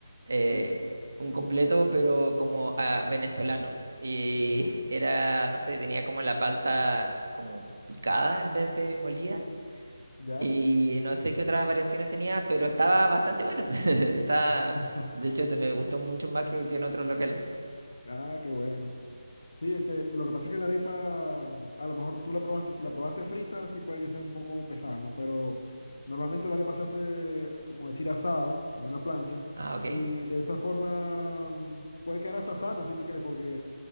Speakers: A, on the right; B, on the left.
A: eh,
B: Sí.
A: un completo, pero como ah, venezolano. Y
B: Ujú,
A: <laughs> era, no sé, tenía como la palta como picada en vez de molida.
B: ¿Ya?
A: Y no sé qué otras variaciones tenía, pero estaba bastante bueno. <laughs> Está,
B: <laughs>
A: de hecho, te- me gustó mucho más que, que en otros locales.
B: Ah, qué bueno. Sí, este, lo que pasa es que la arepa, mm, a lo mejor tú la probaste, si la probaste frita, sí puede que sea un poco pesada, ¿no? Pero normalmente la arepa se hace, como decir, asada en una plancha
A: Ah, ok.
B: y de esa forma mm, puede quedar hasta sana si tú quieres, porque